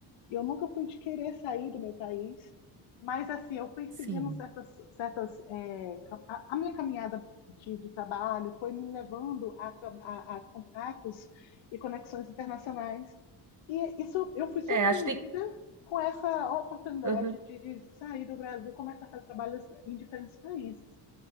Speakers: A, on the left; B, on the right.
A: E eu nunca fui de querer sair do meu país, mas assim, eu fui
B: Sim.
A: seguindo certas, certas é, cam- a, a minha caminhada de, de trabalho foi me levando a, tra- a, a contatos e conexões internacionais. E isso, eu fui surpreendida
B: É, acho que
A: com essa oportunidade
B: tem.
A: de, de sair do Brasil e começar a fazer trabalhos em diferentes países.